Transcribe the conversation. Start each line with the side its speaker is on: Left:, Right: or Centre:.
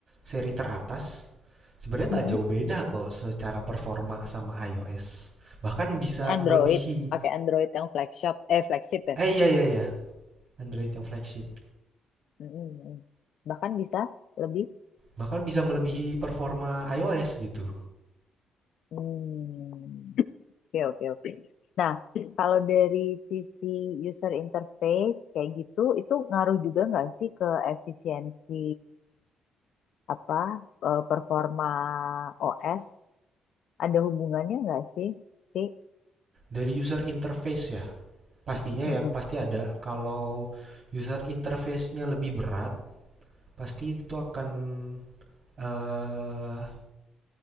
Right: seri teratas, sebenarnya
Left: mm-mm.
Right: nggak jauh beda kok secara performa sama iOS. Bahkan bisa
Left: Android,
Right: melebihi.
Left: pakai Android yang flagship, eh flagship ya.
Right: Eh iya iya iya, Android yang flagship.
Left: Hmm, Mm-mm. Bahkan bisa lebih.
Right: Bahkan bisa melebihi performa iOS gitu.
Left: Hmm. Oke, oke, oke. Nah, kalau dari sisi user interface kayak gitu, itu ngaruh juga nggak sih ke efisiensi apa eh, performa OS? Ada hubungannya nggak sih? Sih?
Right: Dari user interface ya. pastinya
Left: Mm-mm.
Right: ya pasti ada kalau user interface-nya lebih berat pasti itu akan eh,